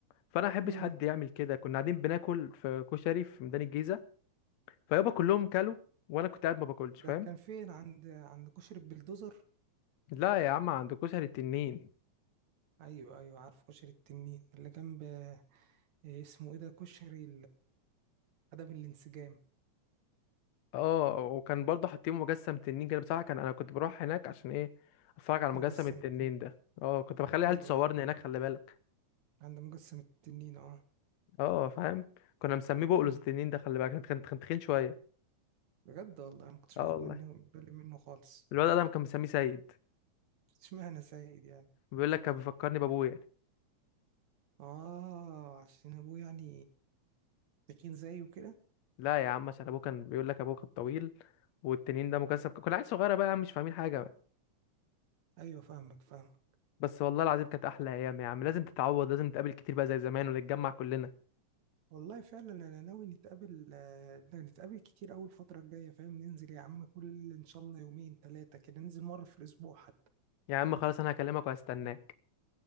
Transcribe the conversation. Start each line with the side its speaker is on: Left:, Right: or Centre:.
Left: فانا ما احبش
Right: امم
Left: حد يعمل كده كنا قاعدين بناكل في كشري في ميدان الجيزه فيابا كلهم كلوا وانا كنت قاعد ما باكلش فاهم
Right: ده كان فين عند عند كشري البلدوزر
Left: لا يا عم عند كشري التنين
Right: ايوه ايوه عارف كشري التنين اللي جنب آه، اسمه ايه ده كشري عدم الانسجام
Left: اه وكان برضه حاطين مجسم تنين كده بصراحه كان انا كنت بروح هناك عشان ايه اتفرج على مجسم
Right: مجسم
Left: التنين
Right: التنين
Left: ده اه كنت بخلي عيال
Right: ايوه
Left: تصورني
Right: ايوه
Left: هناك خلي بالك
Right: عند مجسم التنين اه
Left: اه فاهم كنا مسميه بقلوز
Right: أمم.
Left: التنين ده خلي بالك كان كان تخين شويه
Right: بجد والله أنا ما كنتش
Left: اه
Right: باخد
Left: والله
Right: منه بالي منه خالص
Left: الولد ده كان مسميه سيد
Right: اشمعنى سيد يعني
Left: بيقول لك كان بيفكرني بابويا
Right: اه عشان ابوه يعني تخين زيه كده
Left: لا يا عم عشان ابوه كان بيقول لك ابوه كان طويل والتنين ده مجسم كنا عيال صغيره بقى مش فاهمين حاجه بقى.
Right: ايوه فاهمك فاهمك
Left: بس والله العظيم كانت احلى ايام يا عم لازم تتعوض لازم نتقابل كتير بقى زي زمان ونتجمع كلنا
Right: والله فعلا انا ناوي نتقابل آه، نتقابل كتير اول الفتره الجايه فاهم ننزل يا عم كل ان شاء الله يومين ثلاثه كده ننزل مره في الاسبوع حتى
Left: يا عم خلاص انا هكلمك وهستناك